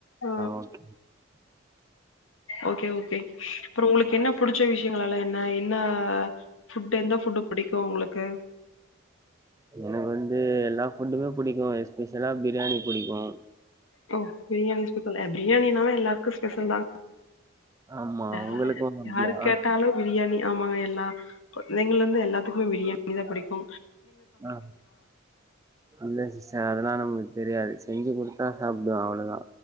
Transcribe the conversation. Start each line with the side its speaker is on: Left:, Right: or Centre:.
Left: அ
Right: ஓகே
Left: ஓகே ஓகே அப்ரோ உங்ளுக்கு என்ன புடிச்ச விஷயோ லலா என்ன என்ன ஃபுட் எந்த ஃபுட் புடிக்கு உங்ளுக்கு
Right: எனக்கு வந்து எல்லா ஃபுட்டுமே புடிக்கு எஸ்பெஷலா பிரியாணி புடிக்கு
Left: ஓ பிரியாணி <unintelligible> அ பிரியாணின்னாவே எல்லாருக்கு ஸ்பெஷல் தா
Right: ஆமா
Left: <unintelligible>
Right: உங்களுக்கு அப்டியா
Left: யாரு கேட்டாலு பிரியாணி ஆமாங்க எல்லா குழந்தைங்கள் லந்து எல்லாத்துக்குமே பிரியாணி தா புடிக்கு
Right: ஆ இல்ல சிஸ்ஸர் அதெல்லா நம் தெரியாது செஞ்சு குடுத்தா சாப்டுவே அவ்ள தா